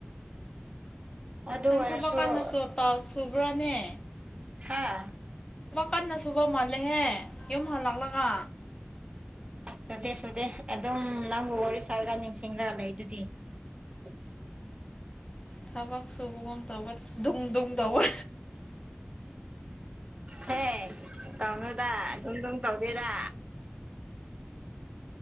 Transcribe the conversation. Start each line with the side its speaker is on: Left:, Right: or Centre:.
Right: ꯑꯗꯨ
Left: ꯅꯪ
Right: ꯑꯣꯏꯔꯁꯨ
Left: ꯊꯕꯛ ꯀꯥꯟꯗꯁꯨ ꯁꯨꯕ꯭ꯔꯥꯅꯦ
Right: ꯍꯥ
Left: ꯀꯟꯅ ꯁꯨꯕ ꯃꯥꯜꯂꯦꯍꯦ ꯌꯨꯝ ꯍꯜꯂꯛꯂꯒ
Right: ꯆꯨꯗꯦ ꯁꯨꯗꯦ ꯑꯗꯨꯝ ꯅꯪꯕꯨ ꯋꯥꯔꯤ ꯁꯥꯔꯒ ꯅꯤꯡꯁꯤꯡꯂ ꯂꯩ ꯑꯗꯨꯗꯤ ꯎ
Left: ꯊꯕꯛ ꯁꯨꯕꯒꯨꯝ ꯇꯧꯕ ꯨꯡ ꯨꯡ ꯇꯧꯕ
Right: ꯍꯦ ꯇꯧꯅꯨꯗ ꯑꯗꯨꯝ ꯝ ꯇꯧꯗꯦꯗ